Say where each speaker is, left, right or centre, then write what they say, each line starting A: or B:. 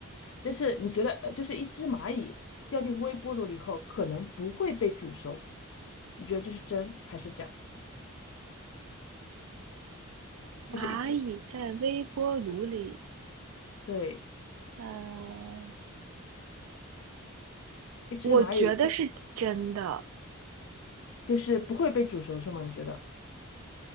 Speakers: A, on the left (about 60°); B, on the right (about 80°).
A: 就是你觉得，呃就是一只蚂蚁掉进微波炉里后，可能不会被煮熟，你觉得这是真还是假？就是一只，
B: 蚂蚁在微波炉里，
A: 对，
B: 呃，
A: 一只蚂蚁掉，
B: 我觉得是真的。
A: 就是不会被煮熟是吗？你觉得？